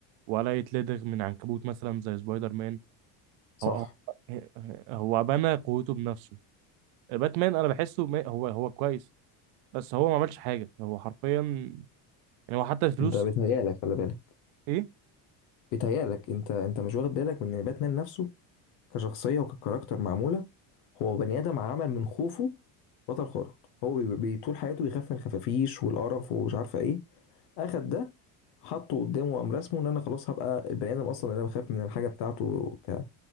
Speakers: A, on the right (about 80°); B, on the left (about 65°).
A: ولا يتلدغ من عنكبوت مثلا زي سبايدر مان
B: صح
A: هو هو هو بنى قوته بنفسه باتمان انا بحسه ما- هو هو كويس بس هو ما عملش حاجه هو حرفيا يعني هو حتى الفلوس
B: انت بيتهيألك خلي بالك
A: ايه
B: بيتهيألك انت انت مش واخد بالك من ان باتمان نفسه كشخصية وككاركتر معمولة هو بني آدم عمل من خوفه بطل خارق هو بي... بي- طول حياته بيخاف من الخفافيش والقرف ومش عارفة ايه اخد ده حطه قدامه وقام رسمه ان انا خلاص هبقى البني ادم اصلا اللي انا بخاف من الحاجه بتاعته ك...